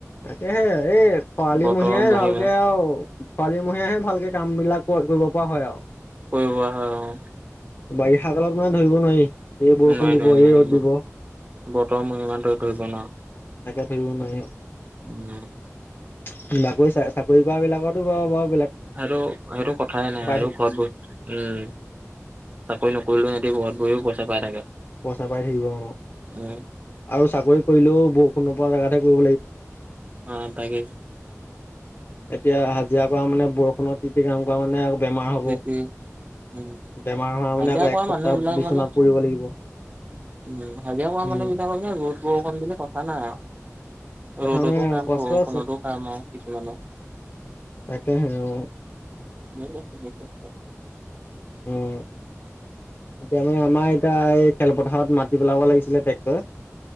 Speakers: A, on the left; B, on the right.
A: তাকেহে, এই খৰালি
B: বতৰৰ
A: মহীয়াই
B: মহিমা
A: ভালকে আৰু। খৰালি মহীয়াহে ভালকে কামবিলাক কৰিব পৰা হয় আও।
B: কৰিব পৰা হয় অ'।
A: বাৰিষা কালত মানে ধৰিব নোৱাৰি। এই বৰষুণ
B: নোৱাৰি,
A: দিব
B: নোৱাৰি,
A: এই
B: নোৱাৰি,
A: ৰ'দ দিব
B: ব-বতৰৰ মহিমা তই ধৰিব নোৱাৰ।
A: তাকে, ধৰিব নোৱাৰি।
B: উম,
A: বাকৰি চাকৰি কৰা বিলাকৰতো বাৰু বৰ
B: আৰু সেইটো কথাই নাই, আৰু
A: থাকে
B: ঘৰত বহ উম। চাকৰি নকৰিলেও সিহঁতি ঘৰত বহিও পইচা পাই থাকে।
A: পইচা পাই থাকিব অ',
B: উম।
A: আৰু চাকৰি কৰিলেও বৰষুণ নপৰা জেগাতে <unintelligible>
B: অ', তাকেই।
A: এতিয়া হাজিৰা কৰা মানে, ব ষুণত তিতি কাম কৰা মানে বেমাৰ হ'ব,
B: সেইটোৱে উম।
A: বেমাৰ হোৱা
B: হাজিৰা
A: মানে আকৌ
B: কৰা
A: এসপ্তাহ
B: মানুহ বিলাক
A: বিচনাত
B: মানে
A: পৰিব লাগিব।
B: উম, হাজিৰা কৰা
A: উম
B: মানুহ বিলাক ৰ'দ-বৰষুণ বুলি কথা নাই আও।
A: কথা
B: ৰ'দতো
A: নাই আৰু
B: কাম
A: কষ্ট
B: বৰষুণতো
A: আছে
B: কাম আও কিছুমানৰ।
A: তাকেহে অ'।
B: <unintelligible>
A: অ', এতিয়া মানে আমাৰ এতিয়া খেলপথাৰত মাটি পেলাব লাগিছিলে টেক্টৰে।